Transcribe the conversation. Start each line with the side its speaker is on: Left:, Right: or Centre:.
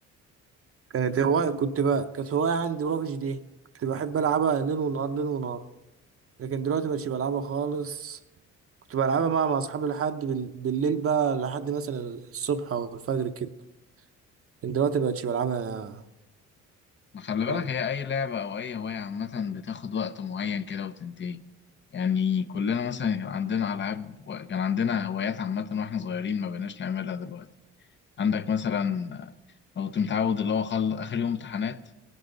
Right: كانت هواية كنت بقى كانت هواية عندي بابجي دي كنت بحب ألعبها ليل ونهار ليل ونهار لكن دلوقتي مبقتش بلعبها خالص كنت بلعبها مع مع أصحابي لحد بال... بالليل بقى لحد مثلا الصبح أو الفجر كده لكن دلوقتي مبقتش بلعبها
Left: ما خلي بالك
Right: خالص
Left: هي أي لعبة أو أي هواية عامة بتاخد وقت معين كده وتنتهي يعني كلنا مثلا كان عندنا ألعاب و- كان عندنا هوايات عامة وإحنا صغيرين ما بقيناش نعملها دلوقتي عندك مثلا أنا كنت متعود اللي هو خل... آخر يوم امتحانات